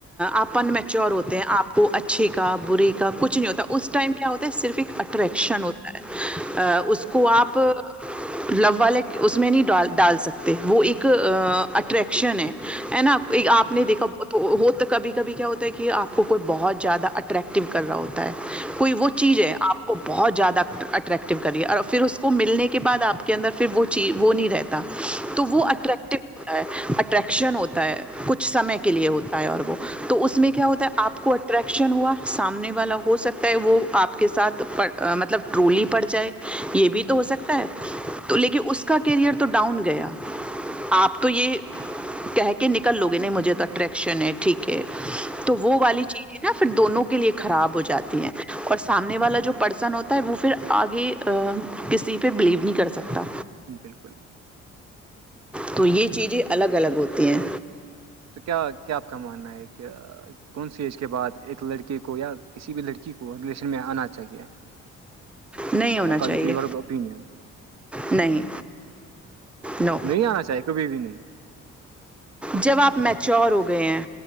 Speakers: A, in the centre; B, on the right (about 45°).
A: آپ ان
B: بالکل
A: میچور ہوتے ہیں آپ وہ اچھے کا بری کا کچھ نہیں ہوتا اس ٹائم کیا ہوتا ہے صرف ایک اٹریکشن ہوتا ا اس
B: صحیح
A: کو
B: ہے
A: آپ لو والے اس میں نہیں ڈال ڈال سکتے وہ ایک اٹریکشن ہے ہے نا
B: ہوں
A: آپ نے دیکھا بہت وہ تو کبھی کبھی کیا ہوتا ہے کہ آپ کو کوئی بہت زیادہ اٹریکٹو کر رہا ہوتا ہے کوئی وہ چیز ہے آپ وہ بہت زیادہ اٹریکٹیو کریے اور پھر اس کو ملنے کے بعد آپ کے اندر پھر وہ چیز وہ نہیں رہتا تو
B: ہوں
A: وہ
B: بالکل
A: اٹریکٹ ہوتا ہے اٹریکشن ہوتا ہے کچھمے کے لیے ہوتا ہے اور وہ تو اس میں کیا ہوتا ہے آپ کو ا اٹریکشن ہوا سامنے والا ہو سکتا ہے وہ آپ کے ساتھ مطلب ٹرولی پڑ جائے یہ بھی تو ہو سکتا
B: صحیح
A: ہے تو لیکن اس کا کیریئر تو ڈاؤن گیا آپ تو یہ کہہ کے نکل لو گے نہیں مجھے تو اٹریکشن ہے ٹھیک ہے
B: ہے
A: تو وہ والی چیزیں نا پھر دونوں کے لیے خراب ہو جاتی ہیں اور سامنے والا جو پرسن ہوتا ہے وہ پھر آگے کسی پہ بلیو نہیں کر سکتا
B: بالکل
A: تو یہ چیزیں الگ الگ ہوتی ہیں
B: تو کیا کیا آپ کا ماننا ہے کہ کون سی ایج کے بعد ایک لڑکے کو یا کسی بھی لڑکی کو ریلیشن میں آنا چاہیے
A: نہیں ہونا
B: کمیور
A: چاہیے
B: اپینن
A: نہیں نو
B: نہیں آنا چاہیے کبھی بھی نہیں
A: جب آپ میچور ہو گئے ہیں